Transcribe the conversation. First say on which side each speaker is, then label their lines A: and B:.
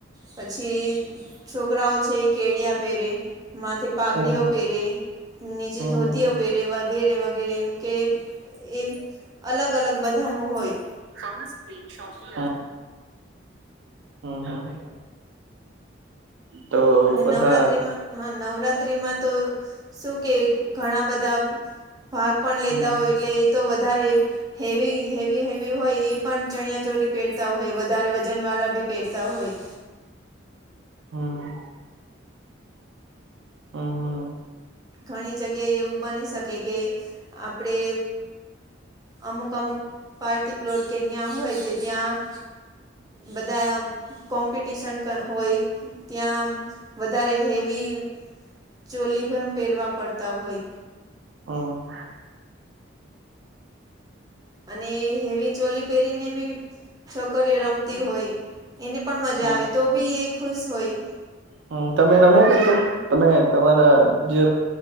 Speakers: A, on the right; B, on the right.
A: પછી છોકરાઓ છે એ કેળિયા પહેરે, માથે પાઘડીઓ
B: હમ
A: પેરે, નીચે
B: હમ
A: ધોતીઓ
B: હમ
A: પેરે વગેરે વગેરે એમ કે એમ અલગ અલગ બધાનું હોય.
B: <inaudible> હમ હમ તો
A: અને
B: બધા
A: નવરાત્રીમાં હા નવરાત્ર ત્રીમાં તો શું કે ઘણા બધા ભાગ પણ લેતા
B: હમ હમ
A: હોય. એટલે તો વધારે હેવી હેવી હેવી હોય એ પણ ચણિયાચોરી પહેરતા હોય, વધારે વજન વાળા ભી પહેરતા હોય.
B: હમ હમ હમ
A: ઘણી જગ્યાએ એવું બની શકે કે આપણે અમુક અમુક પાર્ટી પ્લોટ કે ન્યા હોય તે ત્યાં બધા કોમ્પિટિશન કા હોય. ત્યાં વધારે હેવી ચોલી પણ પહેરવા પડતા હોય.
B: હહ
A: અને એ હેવી ચોલી પહેરીને બી છોકરીઓ રમતી હોય. એને પણ મજા
B: હમ
A: આવે. તો ભી એ ખુશ હોય.
B: હ તમે રમ્યા કર તે? તમે તમારા જે